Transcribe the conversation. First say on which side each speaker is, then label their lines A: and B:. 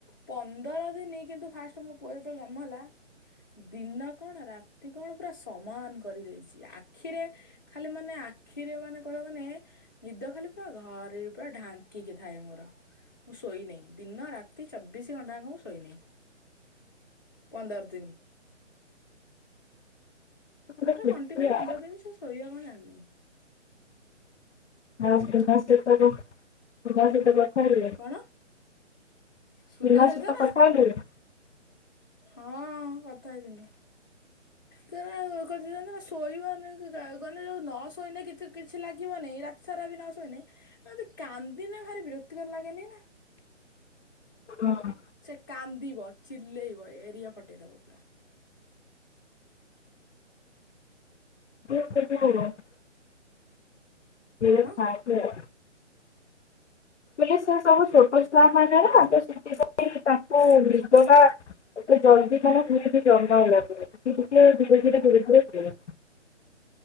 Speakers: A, on the left; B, on the left.
A: ପନ୍ଦର ଦିନ କିନ୍ତୁ ଫାଷ୍ଟ ମୋ ପୁଅ ଯେତେବେଳେ ଜନ୍ମ ହେଲା ଦିନ କଣ ରାତି କଣ ପୁରା ସମାନ କରିଦେଇଚି। ଆଖିରେ ଖାଲି ମାନେ ଆଖିରେ ମାନେ କହିବ ମାନେ ନିଦ ଖାଲି ପୁରା ଘରେ ପୁରା ଢାଙ୍କିକି ଥାଏ ମୋର ମୁଁ ଶୋଇନେଇ। ଦିନ ରାତି ଚବିଶି ଘଣ୍ଟାଆଙ୍କ ମୁ ଶୋଇନେଇ ପନ୍ଦର ଦିନି।
B: ଗୋଟେ
A: ପୁରା
B: ଖୁସି
A: କଣ୍ଟିନ୍ୟୁ ପନ୍ଦର
B: ଆଉ
A: ଦିନ ସେ ଶୋଇବା କଁ ଜାନନି।
B: ଆଉ ତିଫ ସହିତ ଯୋଉ ତ ସହିତ କଥା ହେଲେ?
A: କଣ ସୁନା
B: ପିନା ସହିତ
A: ନା
B: କଥାହେଲୁ?
A: ହଁ କଥା ହେଇଥିନି। କେରେ <unintelligible> ନା ଶୋଇବା ନେଇକି ଜାଉ ଗନେ ଯୋଉ ନ ଶୋଇନେ କିଥି କିଛି ଲାଗିବନେଇ ରାତି ସାରା ବିନା ଶୋଇନେ ଏମିତି କାନ୍ଦିନେ ଭାରି ବିରକ୍ତିକର ଲାଗେନି ନା?
B: ହଁ।
A: ସେ କାନ୍ଦିବ ଚିଲେଇବ ଏରିଆ ଫଟେଇଦବ ପୁରା।
B: <inaudible> ସିଏ
A: କଣ
B: ଖା ପୁଅ? ବୋଲେ ସେ ସବୁ ଛୋଟ ଛୁଆ ମାନନା ତ ସେଥିପାଇଁ ତାଙ୍କୁ ନିଦଟା ଏ ଜଲ୍ଦି କଣ ପିଲାଟି ଜନ୍ମ ହେଲା <unintelligible> ଧୀରେ ଧୀରେ <unintelligible>